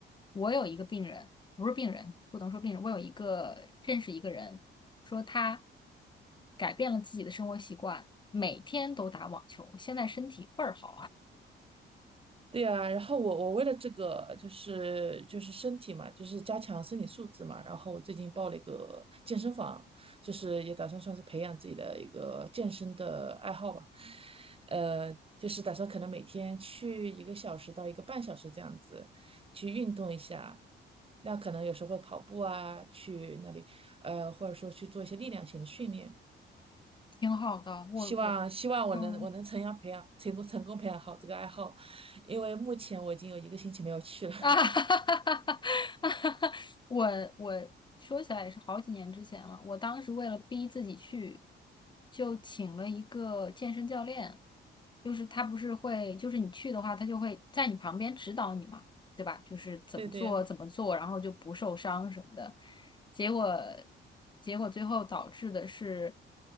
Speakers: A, on the left; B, on the right.
A: 我有一个病人，不是病人，不能说病人，我有一个认识一个人，说他改变了自己的生活习惯，每天都打网球，现在身体倍儿好啊，
B: 对呀，然后我我为了这个就是就是身体嘛，就是加强身体素质嘛，然后我最近报了一个健身房，就是也打算算是培养自己的一个健身的爱好吧，呃，就是打算可能每天去一个小时到一个半小时这样子去运动一下，那可能有时候会跑步啊，去那里，呃，或者说去做一些力量型的训练。
A: 挺好的。我我
B: 希望希望我能我能成样培养成功成功培养好这个爱好，
A: 嗯。
B: 因为目前我已经有一个星期没有去了。
A: <laughs>
B: <laughs>
A: 啊哈哈哈哈哈！<laughs> 我我说起来也是好几年之前了。我当时为了逼自己去，就请了一个健身教练，就是他不是会，就是你去的话，他就会在你旁边指导你嘛，对吧？就是怎么做怎么做，
B: 对对，
A: 然后就不受伤什么的。结果结果最后导致的是，